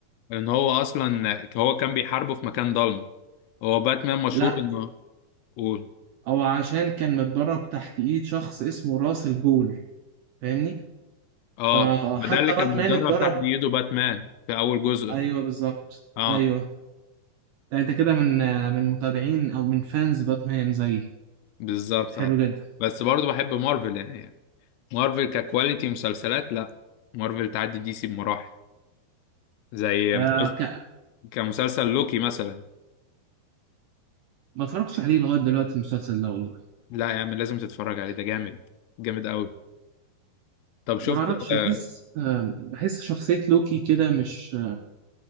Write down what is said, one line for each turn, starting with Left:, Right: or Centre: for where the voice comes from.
Left: ان هو اصلا هو كان بيحاربه في مكان ضلمه هو باتمان مشهور
Right: لا
Left: انه قول
Right: او عشان كان متدرب تحت ايد شخص اسمه راس الجول فاهمني
Left: اه
Right: فحتى
Left: ما ده اللي كان
Right: باتمان
Left: متدرب
Right: اتدرب
Left: تحت ايده باتمان في اول جزء
Right: ايوه بالظبط
Left: اه
Right: ايوه لا انت كده من من متابعين او من فانز باتمان زي
Left: بالظبط
Right: حلو
Left: اه
Right: جدا
Left: بس برضه بحب مارفل يعني مارفل ككواليتي مسلسلات لا مارفل تعدي دي سي بمراحل زي
Right: آه
Left: مسلسل
Right: ك...
Left: كمسلسل لوكي مثلا
Right: ما اتفرجتش عليه لغايه دلوقتي المسلسل ده والله
Left: لا يا عم لازم تتفرج عليه ده جامد جامد قوي طب شفت
Right: ما اعرفش
Left: اه
Right: بحس آه بحس شخصيه لوكي كده مش